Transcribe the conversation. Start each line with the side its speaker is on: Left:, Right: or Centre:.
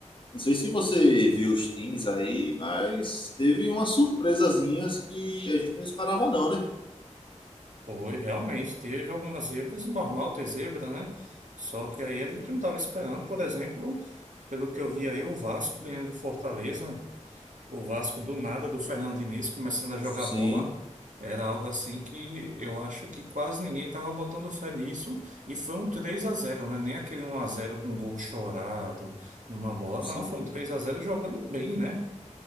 Left: não sei se você viu os times aí, mas teve umas surpresazinhas que a gente não esperava, não, né?
Right: Foi, realmente, teve algumas zebras, normal ter zebra, né? Só que aí a gente não estava esperando, por exemplo, pelo que eu vi aí, o Vasco ganhando do Fortaleza, o Vasco do nada, do Fernando Diniz, começando a jogar
Left: Sim,
Right: bola. Era algo assim que eu acho que quase ninguém estava botando fé nisso. E foi um 3 a zero, né? Nem aquele um a zero com gol chorado numa bola.
Left: sim.
Right: Não, foi um 3 a zero jogando bem, né?